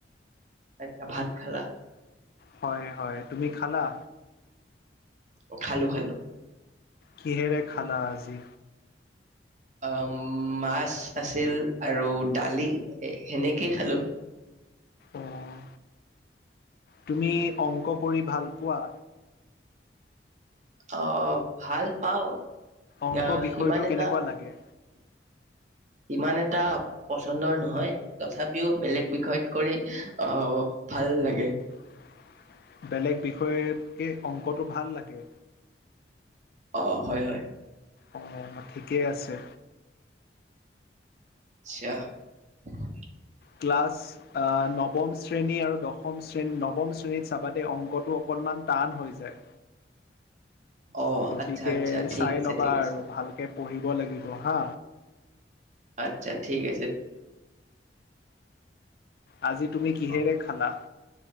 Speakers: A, on the right; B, on the left.
A: আচ্ছা ভাত খালা?
B: হয় হয়, তুমি খালা?
A: অ খালো খালো।
B: কিহেৰে খালা আজি?
A: অ মাছ আছিল আৰু দালি সেনেকেই খালো।
B: অ', তুমি অংক কৰি ভাল পোৱা?
A: অ ভাল পাওঁ।
B: অংক
A: আহ
B: বিষয়টো
A: সিমান এটা
B: কেনেকুৱা লাগে?
A: ইমান এটা পচন্দৰ নহয় তথাপিও বেলেগ বিষয়ত কৰি আহ ভাল লাগে।
B: <inaudible> তকে অংকটো ভাল লাগে?
A: অ হয় হয়।
B: অ ঠিকেই আছে।
A: আচ্ <unintelligible>
B: ক্লাছ আ নৱম শ্ৰেণী আৰু দশম শ্ৰেণী নৱম শ্ৰে চাবা দেই অংকটো অকনমান টান হৈ যায়
A: অ
B: গতিকে
A: আচ্ছা আচ্ছা ঠিক
B: চাই
A: আছে
B: ল'বা
A: ঠিক
B: আৰু
A: আছে
B: ভালকে পঢ়িব লাগিব হা
A: আচ্ছা ঠিক আছে
B: আজি তুমি কিহেৰে
A: অ
B: খালা